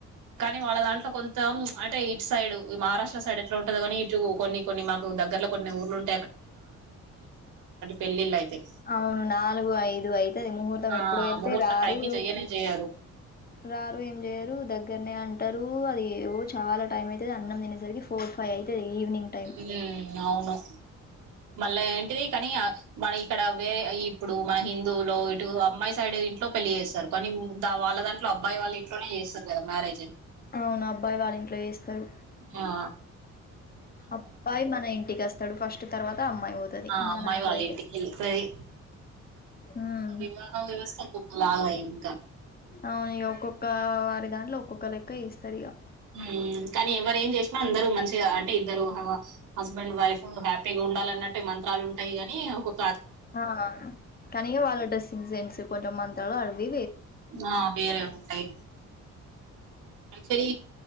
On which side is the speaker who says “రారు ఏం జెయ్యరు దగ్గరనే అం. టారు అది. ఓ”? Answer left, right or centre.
Left